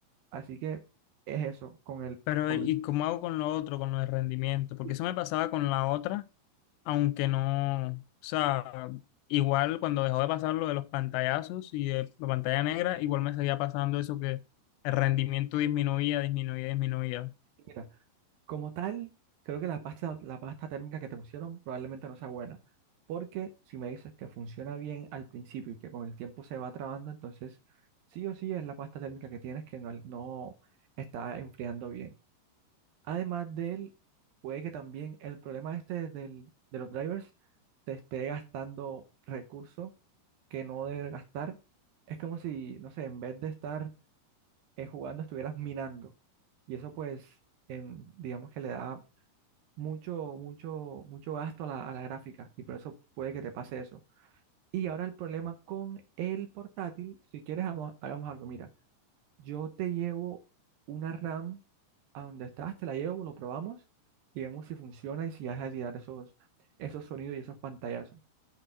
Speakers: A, on the right; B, on the left.
A: Así que es eso. Con el,
B: Pero,
A: con
B: ¿y
A: el,
B: cómo hago con lo otro, con lo de rendimiento? Porque
A: sí,
B: eso me pasaba con la otra, aunque no, o sea, igual cuando dejó de pasar lo de los pantallazos y de la pantalla negra, igual me seguía pasando eso que el rendimiento disminuía, disminuía, disminuía.
A: mira, Como tal, creo que la pasta, la pasta térmica que te pusieron probablemente no sea buena, porque si me dices que funciona bien al principio y que con el tiempo se va trabando, entonces sí o sí es la pasta térmica que tienes que no, no está enfriando bien. Además de él, puede que también el problema este del, de los drivers te esté gastando recursos que no debe gastar. Es como si, no sé, en vez de estar eh, jugando, estuvieras minando. Y eso pues, em, digamos que le da mucho, mucho, mucho gasto a la, a la gráfica y por eso puede que te pase eso. Y ahora el problema con el portátil, si quieres, hagamos, hagamos algo. Mira, yo te llevo una RAM a donde estás, te la llevo, lo probamos y vemos si funciona y si has de dar esos, esos sonidos y esos pantallazos.